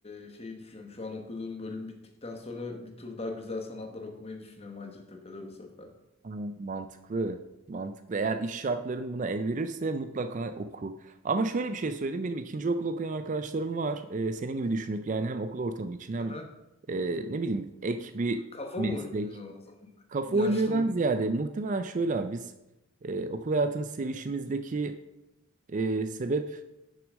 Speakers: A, on the left; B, on the right.
A: e, şeyi düşünüyorum. Şu an okuduğum bölüm bittikten sonra bir tur daha güzel sanatlar okumayı düşünüyorum Hacettepe'de bu sefer.
B: Ha, Mantıklı. Mantıklı. Eğer iş şartların buna el verirse mutlaka oku. Ama şöyle bir şey söyleyeyim. Benim ikinci okul okuyan arkadaşlarım var. Ee, senin gibi düşünüp yani hem okul ortamı için hem
A: Aha.
B: e, ne bileyim ek bir
A: Kafa
B: meslek.
A: mı uymuyor o zaman?
B: Kafa
A: Yaşlı
B: uymuyordan
A: mı?
B: ziyade muhtemelen şöyle abi biz e, okul hayatının sevişimizdeki e, sebep